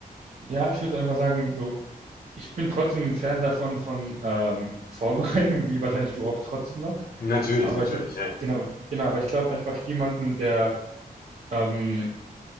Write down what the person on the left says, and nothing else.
Natürlich,
natürlich,
ey.